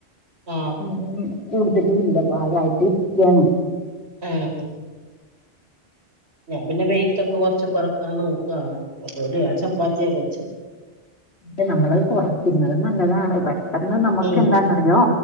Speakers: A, on the right; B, on the left.
A: ആഹ്
B: ഉം കൂടുതലും ഇല്ല പാകായിട്ടിരിക്കാണ്.
A: ഏഹ് ഞാൻ പിന്നെ വെയിറ്റൊക്കെ കൊറച്ച് കൊറക്കാനോക്കാണ് അതോണ്ട് ഞാൻ ചപ്പാത്തിയാ കഴിച്ചത്.
B: ദെ നമ്മള് കുറയ്ക്കുന്നത് നല്ലതാണ് പ കന്ന് നമുക്ക്
A: ഉം
B: എന്താന്നറിയോ